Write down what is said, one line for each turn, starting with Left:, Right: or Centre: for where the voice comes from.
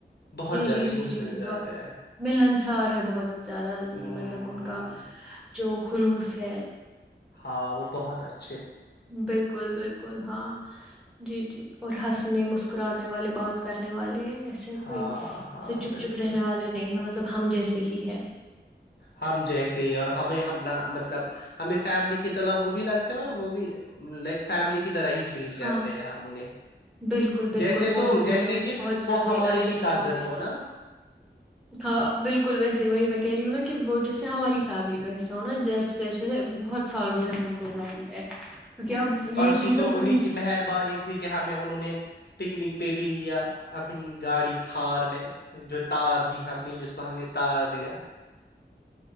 Left: بہت
Centre: جی
Left: جلدی
Centre: جی جی
Left: گھل
Centre: جی
Left: مل جاتے
Centre: بہت
Left: ہیں
Centre: ملنسار ہے بہت زیادہ
Left: ہ
Centre: مطلب ان
Left: ہ
Centre: کا جو خلوص ہے <unintelligible>
Left: ہاں وہ بہت اچھا <unintelligible>
Centre: بالکل بالکل ہاں جی جی اور ہنسنے مسکرانے والی بات کرنے والے <unintelligible> ایسے
Left: ہاں
Centre: کوئی
Left: ہاں
Centre: ایسے چپ
Left: بالکل
Centre: چپ رہنے والے نہیں ہے مطلب ہم جیسے ہی ہے
Left: ہم جیسے ہی اور ہمیں اپنا مطلب ہمیں فیملی کی طرح وہ بھی لگتا ہے اور وہ بھی لائک فیملی کی طرح ہی ٹریٹ کرتے
Centre: ہاں
Left: ہیں ہم انہیں
Centre: بالکل بالکل
Left: جیسے
Centre: وہ
Left: تو
Centre: بھی
Left: جیسے
Centre: مطلب
Left: کہ
Centre: بہت
Left: وہ
Centre: جلدی
Left: ہمارے
Centre: ایڈجسٹ
Left: ہی کازن
Centre: ہو گئے
Left: نا
Centre: ہاں بالکل ویسے وہی میں کہہ رہی ہوں نا کہ وہ جیسے ہماری فیملی کا حصہ ہونا جیسے جیسے بہت سالوں سے ہم ان کو جانیں گے کیونکہ اب
Left: پرسوں
Centre: یہ چیز
Left: تو
Centre: اب ان
Left: انہیں مہربانی تھی کہ ہمیں انہوں نے پکنک پہ بھی لیا اپنی گاڑی تھار میں جو تار دی ہم نے جس کو ہم نے تار دیا